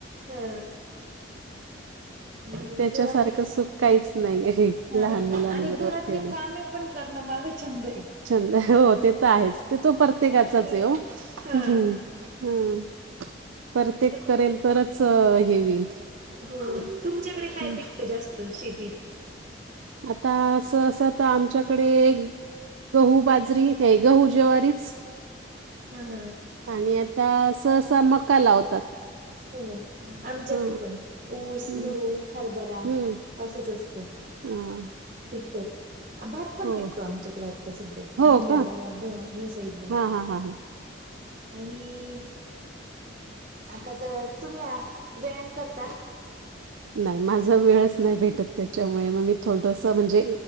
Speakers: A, on the right (about 40°); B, on the right (about 85°).
A: हा आणि
B: त्याच्यासारखं
A: घरातली.
B: सुख काहीच नाही आहे
A: हा
B: लहान मुलांबरोबर
A: आणि घरातली
B: खेळणं
A: कामे पण करणं माझा छंद आहे.
B: छंद, हो ते तर आहेच. ते तो प्रत्येकाचाच
A: ह
B: आहे ओ.
A: हा
B: हम्म. हम्म परत
A: आता
B: ते करेल तरच अ हे होईल.
A: हो. तुमच्याकडे काय
B: हं.
A: पिकतं जास्त शेतीत?
B: आता सहसा तर आमच्यात कडे गहू बाजरी हे गहू ज्वारीच.
A: हम् हम्.
B: आणि आता सहसा मका लावतात.
A: हो आमच्याकडे
B: हा
A: पण ऊस,
B: हम्म
A: गहू, हरभरा
B: हम्म
A: असंच असत
B: हा
A: पिकत. भात पण
B: हो
A: पिकतो आमच्याकडे आता सध्या,
B: हो
A: भंडारदरा
B: का
A: धरण या साईडला.
B: हा हा हा.
A: आणि आता तर तुम्ही व्यायाम करता?
B: नाय माझा वेळच नाय भेटत त्याच्यामुळे मग मी थोडस म्हणजे